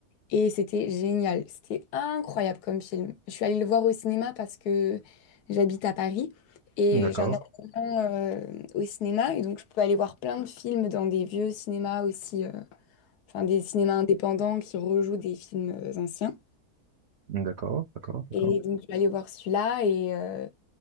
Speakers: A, on the left (about 85°); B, on the right (about 70°).
A: Et c'était génial, c'était incroyable comme film. Je suis allée le voir au cinéma parce que j'habite à Paris et
B: D'accord.
A: j'ai un abonnement euh, au cinéma et donc je peux aller voir plein de films dans des vieux cinémas aussi, euh, enfin des cinémas indépendants qui rejouent des films euh, anciens.
B: D'accord, d'accord, d'accord.
A: Et donc je suis allée voir celui-là et, euh,